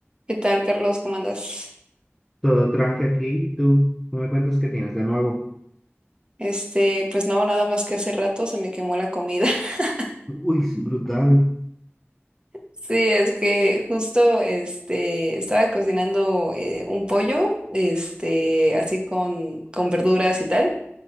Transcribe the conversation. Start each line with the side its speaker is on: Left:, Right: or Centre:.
Right: ¿Qué tal, Carlos? ¿Cómo andas?
Centre: Todo tranque aquí. ¿Y tú? ¿Tú me cuentas qué tienes de nuevo?
Right: Este, pues no, nada más que hace rato se me quemó la comida. <laughs>
Centre: Uy, es brutal.
Right: Sí, es que justo este estaba cocinando eh, un pollo, este, así con, con verduras y tal,